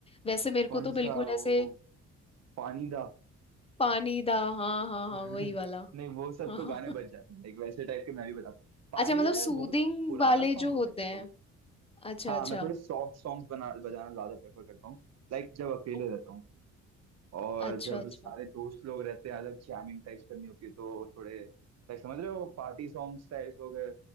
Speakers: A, on the left; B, on the right.
A: वैसे मेरे
B: कौन
A: को तो बिल्कुल
B: सा वो
A: ऐसे
B: पानी दा
A: पानी दा हाँ हाँ
B: <laughs>
A: हाँ
B: नहीं
A: वही वाला
B: वो सब
A: हाँ
B: तो
A: हाँ
B: गाने
A: हाँ।
B: बच जाते हैं लाइक वैसे टाइप के मैं भी बताता हूँ पानी
A: अच्छा मतलब
B: दा यार
A: सूदिंग
B: बहुत पुराना
A: वाले
B: सॉन्ग
A: जो
B: हो
A: होते
B: गया
A: हैं
B: तो
A: अच्छा
B: हाँ
A: अच्छा
B: मैं थोड़े सॉफ्ट सॉन्ग्स बना बजाना ज्यादा प्रेफर करता हूँ लाइक जब अकेले
A: ओ,
B: रहता हूँ और
A: अच्छा
B: जब
A: अच्छा
B: सारे दोस्त लोग रहते हैं अलग जैमिंग टाइप्स करनी होती है तो थोड़े लाइक समझ रहे हो पार्टी सॉन्ग्स टाइप्स हो गए